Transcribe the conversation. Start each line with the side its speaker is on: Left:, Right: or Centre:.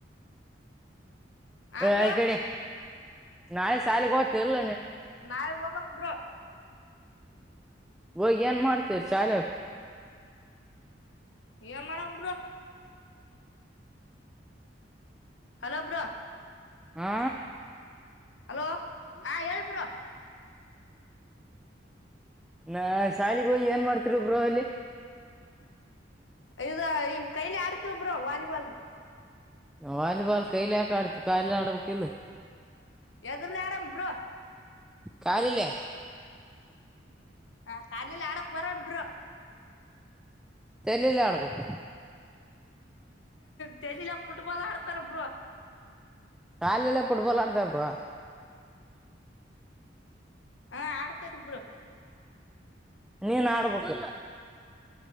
Left: ಆ
Centre: ಹ
Left: ಬ್ರೋ
Centre: ಈ ಕಡೆ ನಾಳೆ ಶಾಲೆಗೆ ಹೋ. ಇಲ್ಲ
Left: ನಾಳೆ ಹೋಗ್ಬೇಕು ಬ್ರೊ.
Centre: ಹೋಗಿ ಏನ್ ಮಾಡ್ತರಿ ಚಾಲೆ.
Left: ಏನ್ ಮಾಡಮ್ ಬ್ರೋ ಹಲೋ ಬ್ರೋ.
Centre: ಹಾ.
Left: ಹಲೋ ಹಾ ಹೇಳಿ ಬ್ರೋ
Centre: ನಾ ಶಾಲಿಗ ಹೋಗಿ ಏನ್ ಮಾಡ್ತಿರ ಬ್ರೋ ಅಲ್ಲಿ.
Left: ಇ ಈನ್ ಕೈಲಿ ಆಡ್ತಿ ಬ್ರೋ ವಾಲಿ ಬ್ರೋ.
Centre: ವಾಲಿಬಾಲ್ ಕೈಲಕ ಆಡ್ತಿ ಕಾಯಿ ಆಡಬೇಕ ಇಲ್ಲ.
Left: ಎದುರ್ದ ಆರಾಮ ಬೋ.
Centre: ಕಾಲಲ್ಲಿ
Left: ಹ ಕಾಲಲೆಲ್ಲಿ ಆಡಕ್ ಬರಲ್ಲ ಬ್ರೋ
Centre: ತೆಲ್ಲಿಲ್ಲ ಅಡ ಬುಕ್ಕೆ.
Left: ಚಲಲ ಪುಟ್ಬಾಲ್ ಆಡ್ತಾರಬರು.
Centre: ಕಾಲಲ್ಲ ಪಡು ಬೋಲ ಆಡ್ತ ಬ್ರೋ
Left: ಹಾ ಆಡ್ತ ಒಬ್ರು
Centre: ನೀನ್ ಆಡ್ಬೇಕ.